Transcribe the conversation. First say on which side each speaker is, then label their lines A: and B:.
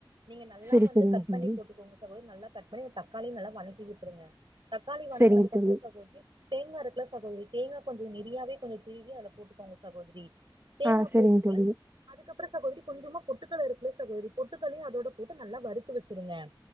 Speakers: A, on the right; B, on the right.
A: நீங்க நல்லா
B: செரி
A: வந்து
B: செரிங்க
A: கட் பண்ணி
B: தோழி
A: போட்டுக்கோங்க சகோத்ரி நல்லா கட் பண்ணி தக்காளியு நல்லா வணக்கி விட்ருங்க தக்காளி வணங்கனதுக்கு
B: செரிங்க தோழி
A: அப்றோ சகோதரி தேங்கா இருக்குல சகோதரி தேங்கா கொஞ்சோ நெறியாவே கொஞ்சோ திருவி அதுல போட்டுக்கோங்க சகோதரி தேங்கா
B: ஆ செரிங்க
A: போட்டுட்டு
B: தோழி
A: அதுக்கப்றோ சகோதரி கொஞ்சமா பொட்டுக்கல்ல இருக்குல சகோதரி பொட்டுக்கல்லயு அதோட போட்டு நல்லா வறுத்து வச்சுருங்க